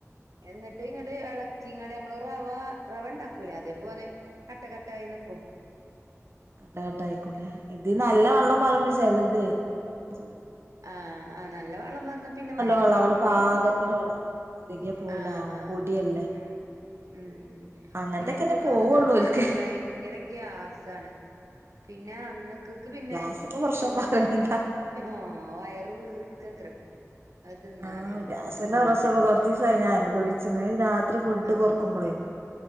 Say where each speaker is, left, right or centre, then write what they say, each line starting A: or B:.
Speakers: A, on the right (about 85°); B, on the right (about 50°).
A: എന്നിട്ട് ഇങ്ങോട്ട് ഇളക്കി ഇങ്ങട്ട നമ്മ റവ റവ ഉണ്ടാക്കൂല അതേപോലെ കട്ട കട്ട ആയി നക്കും
B: കട്ട കട്ട ആയിക്കൂല ഇത് നല്ല
A: ഉം
B: വെള്ളം
A: ഉം
B: പറയുമ്പോ ചെലതേ ചോ
A: ആഹ് ആ നല്ല വളം പറഞ്ഞ പിന്നെ വരകിയ
B: വെള്ളം നമ്മള്
A: പോലെ
B: പാകത്തിന്
A: ആകും
B: വെള്ളം വരകിയ പോലെ
A: ആഹ
B: ആവും
A: ആഹ
B: പൊടിയല്ലേ
A: ഉം ഉം ഉം
B: അങ്ങനത്തൊക്കെന്നെ
A: പിന്നെ എന്ക്കൊക്കെ
B: പോവുള്ളൂ
A: അത് തിന്നാലേ
B: ഓൽക്ക്
A: ഭയങ്കര ഗ്യാസാണ്. പിന്നെ അന്നക്കക്ക് പിന്നെ
B: ഗ്യാസിന്റെ പ്രശ്നം
A: ഇത്ണ്ടാവില്ലാ
B: പറയണ്ട
A: ഹാ ആഹ് വയറ് വീർക്കക്കരം അത് തിന്നാല്
B: ആഹ് ഗ്യാസിന്റെ പ്രശനം കൊറച്ചീസായി ഞാൻ അനുഭവിച്ന്ന് രാത് ഇ ഫുഡ്
A: ആഹ്
B: കൊറക്കുമ്പളേ